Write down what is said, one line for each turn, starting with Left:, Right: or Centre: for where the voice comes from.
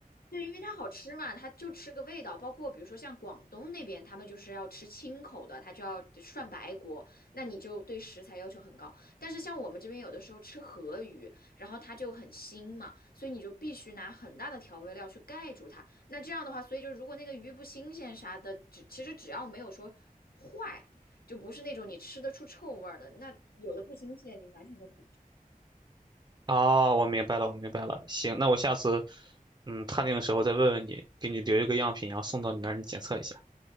Left: 对，因为它好吃嘛，它就吃个味道。包括比如说像广东那边，他们就是要吃清口的，他就要涮白锅，那你就对食材要求很高。但是像我们这边有的时候吃河鱼，然后它就很腥嘛，所以你就必须拿很大的调味料去盖住它。那这样的话，所以就如果那个鱼不新鲜啥的，只其实只要没有说坏，就不是那种你吃得出臭味儿的，那有的不新鲜，你完全都可以
Right: 哦，我明白了，我明白了。行，那我下次嗯探店的时候再问问你，给你留一个样品，然后送到你那儿，你检测一下。